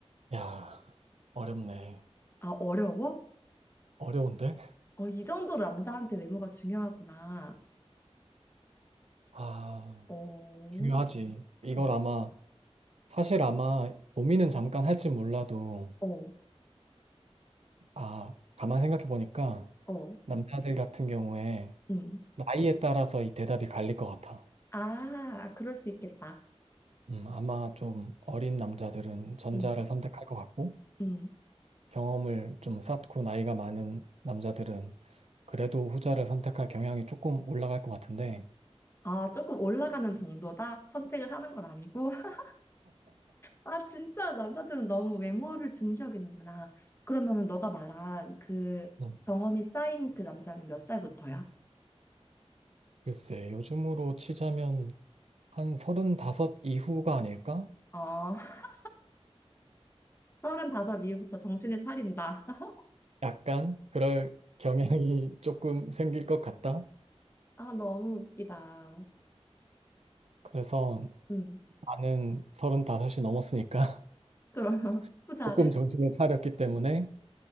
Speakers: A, on the right; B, on the left.
A: 야, 어렵네.
B: 아, 어려워?
A: 어려운데?
B: 어, 이 정도로 남자한테 외모가 중요하구나.
A: 아,
B: 어,
A: 중요하지. 이걸
B: 어,
A: 아마, 사실 아마 고민은 잠깐 할지 몰라도,
B: 어,
A: 아, 가만 생각해 보니까
B: 어,
A: 남자들 같은 경우에
B: 음.
A: 나이에 따라서 이 대답이 갈릴 것 같아.
B: 아, 그럴 수 있겠다.
A: 음, 아마 좀 어린 남자들은 전자를
B: 음,
A: 선택할 것 같고,
B: 음.
A: 경험을 좀 쌓고 나이가 많은 남자들은 그래도 후자를 선택할 경향이 조금 올라갈 것 같은데,
B: 아, 조금 올라가는 정도다? 선택을 하는 건 아니고? <laughs> 아, 진짜 남자들은 너무 외모를 중시여기는구나. 그러면은 너가 말한 그
A: 음,
B: 경험이 쌓인 그 남자는 몇 살부터야?
A: 글쎄, 요즘으로 치자면 한 서른다섯 이후가 아닐까?
B: 어, <laughs> 서른다섯 이후부터 정신을 차린다. <laughs>
A: 약간 그럴 경향이 <laughs> 조금 생길 것 같다.
B: 아, 너무 웃기다.
A: 그래서
B: 음,
A: 나는 서른다섯이 넘었으니까
B: 그러면
A: <laughs>
B: <laughs> 후자를?
A: 조금 정신을 차렸기 때문에